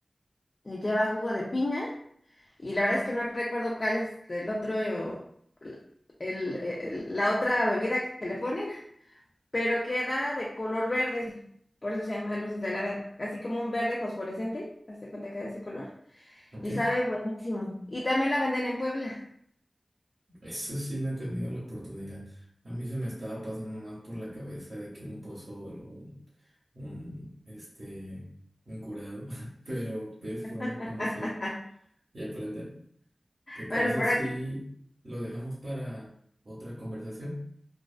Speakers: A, on the left; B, on the right.
A: le lleva jugo de piña y la verdad es que no recuerdo cuál es el otro, eh, o el, el- el- la otra bebida que le ponen, pero queda de color verde, por eso se llama luces de lavanda, así como un verde fosforescente, hazte cuenta que es de ese color,
B: Ok,
A: y sabe buenísimo. Y también la venden en Puebla.
B: eso sí no he tenido la oportunidad. A mí se me estaba pasando más por la cabeza de que un pozol o un, un, este, un curado, <laughs> pero es
A: <laughs>
B: bueno conocer y aprender. ¿Te parece
A: Bueno, para
B: si
A: ti,
B: lo dejamos para otra conversación?